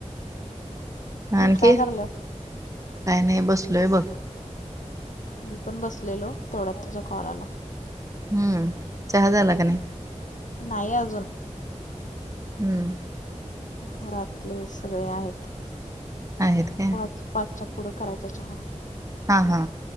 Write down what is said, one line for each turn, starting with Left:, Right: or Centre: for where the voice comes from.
Right: आणंखी
Left: काय करायलाय
Right: कांहीं नाहीं बसलोयं बघं
Left: मी पणं बसलेलो तेवढ्यांत तुझां कॉल आलां
Right: हम्मं चहा झाला कां नाहीं
Left: नाहीं अजूंन
Right: हम्मं
Left: घरांतले सगळें आहेतं
Right: आहेत काय?
Left: पांच पांचच्यां पुढं करायचां चहा
Right: हा हा